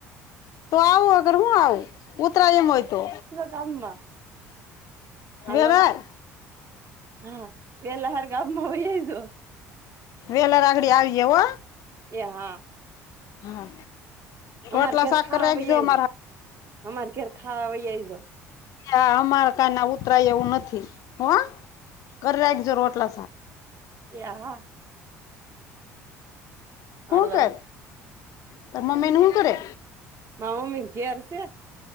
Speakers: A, on the left (about 50°); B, on the right (about 35°).
A: તો આવું અગર હું આવું ઉતરાય એમ હોય તો.
B: કામમાં- - હાલો
A: વેવાર
B: હા વેલા હાર ગામમાં હો
A: વેલા રાખડી આવી જ હો.
B: એ હા
A: હા
B: અમાર
A: ખટલા
B: ઘેર
A: સાકર
B: ખાવા
A: રાખજો
B: વહી આવજો
A: મારા
B: અમાર ઘર ખાવા હોઈ જો.
A: કેયા અમારા કઈ ના ઉતરાય એવું નથી હો. કર રાખજો રોટલો
B: યા. હાલો
A: હું કરે? તરા મમ્મી શુ કરે?
B: મારી મમ્મી ઘરે છે.